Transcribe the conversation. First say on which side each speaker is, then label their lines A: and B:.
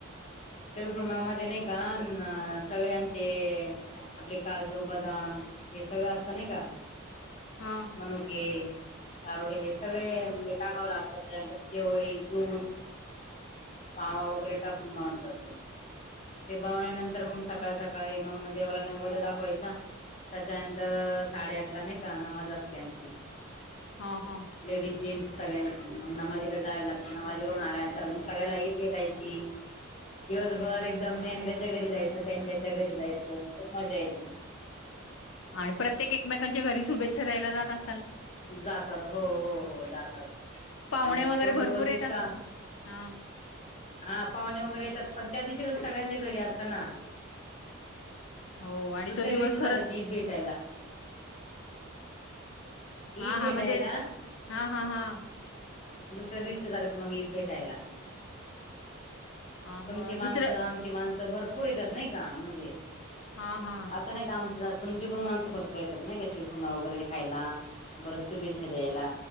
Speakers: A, on the left; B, on the left.
A: शीर कुंभा मधे नाही का सगळे आमचे आपले काजू बदाम हे सगळं असत नाही का
B: हा
A: मनुके चारोळे हे सगळे टाकावं लागतात त्यांतर शेवई दूध पावा वगैरे टाकून बनवतात. ते ते बनवल्यानंतर मग सकाळ सकाळी मग देवाला नैवेद्य दाखवायचा त्याच्यानंतर साडेआठला नाही का नमाज असते आमची
B: हा हा
A: लेडीज जेंट्स सगळ्यांनी नमाजला जायला लागत नमाजवरून आल्यानंतर मग सगळ्यांना भेटायची दिवसभर याच्या घरी जायच त्यानी त्याच्या घरी जायचं खूप मजा येते
B: आणि प्रत्येक एकमेकांच्या घरी शुभेच्छा द्यायला जातात
A: जातात हो हो हो जातात
B: पाहुणे
A: आणि
B: वगैरे
A: तो
B: भरपूर
A: दिवस
B: येत
A: इतका
B: असतील. हां,
A: हा पाहुणे वगैरे येतात पण त्या दिवशी सगळ्यांच्या घरी असतना
B: हो आणि
A: दुसऱ्या
B: तो दिवस
A: दिवशी
B: खरंच
A: जगात ईद भेटायला
B: हा
A: ईद भेटायला
B: हा म्हणजे हा हा हा
A: दुसऱ्या दिवशी जाता मग ईद भेटायला
B: हां,
A: तुमची
B: मग दुसरं
A: माणसं आमची माणसं भरपूर येतात नाही का म्हणजे
B: हां, हां,
A: असं नाही का आमच जास्त तुमची पण माणसं भरपर येतात नाही का शीर कुंबा वगैरे खायला परत शुभेच्छा द्यायला